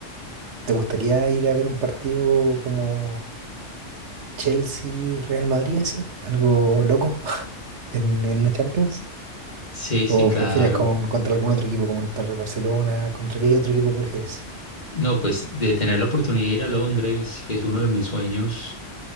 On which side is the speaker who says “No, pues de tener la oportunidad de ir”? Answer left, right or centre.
Left